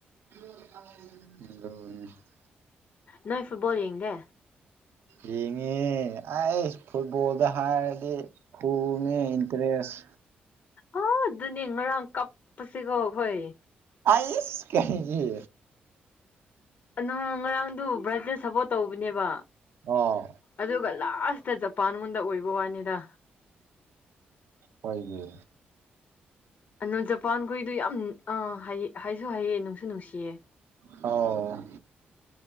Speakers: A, on the right; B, on the left.
A: ꯍ
B: ꯅꯣꯏ ꯐꯨꯠꯕꯣꯜ ꯌꯦꯡꯗꯦ
A: ꯌꯦꯡꯉꯦ ꯑꯩꯁ ꯐꯨꯠꯕꯣꯜꯗ ꯍꯥꯏꯔꯗꯤ ꯐꯨꯜꯅ‌ꯦ ꯏꯟꯇꯔꯦꯁ
B: ꯑꯣ ꯑꯗꯨꯅꯦ ꯉꯔꯥꯡ ꯀꯞꯄꯁꯤꯀꯣ ꯑꯩꯈꯣꯏ
A: ꯑꯩꯁ ꯀꯩꯒꯤ
B: ꯅꯣꯡ ꯉꯔꯥꯡꯗꯨ ꯕ꯭ꯔꯥꯖꯤꯜ ꯁꯄꯣꯔꯠ ꯇꯧꯕꯅꯦꯕ
A: ꯑꯣ
B: ꯑꯗꯨꯒ ꯂꯥꯁꯇ ꯖꯄꯥꯟ ꯃꯉꯣꯟꯗ ꯑꯣꯏꯕ ꯋꯥꯅꯤꯗ
A: ꯍꯣꯏꯒꯤ
B: ꯑꯅꯣ ꯖꯄꯥꯟꯈꯣꯏꯗꯨ ꯌꯥꯝ ꯑ ꯍꯩ ꯍꯩꯁꯨ ꯍꯩꯌ‌ꯦ ꯅꯨꯡꯁꯨ ꯅꯨꯡꯁꯤꯌꯦ
A: ꯑꯣ